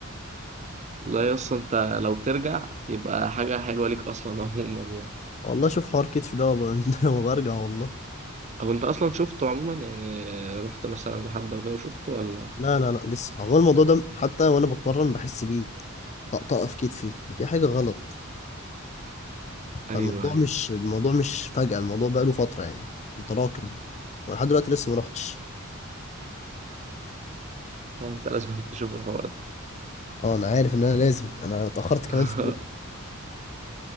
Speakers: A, on the right; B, on the left.
A: لا يا اسطى انت لو ترجع يبقى حاجه حلوه ليك اصلا عموما يعني
B: والله شوف حوار كتفي ده وب- <laughs> وبرجع والله
A: هو انت اصلا شفته عموما يعني رحت مثلا لحد او كده وشفته ولا
B: لا لا لا لسه هو الموضوع ده حتى وانا بتمرن بحس بيه طقطقه في كتفي في حاجه غلط
A: ايوه
B: فالموضوع
A: ايوه
B: مش الموضوع مش فجأة الموضوع بقى له فتره يعني متراكم ولحد دلوقتي لسه ما رحتش
A: لا، انت لازم <laughs> تشوف الحوار ده
B: اه انا عارف ان انا لازم انا اتاخرت كمان
A: <laughs>
B: في الجيم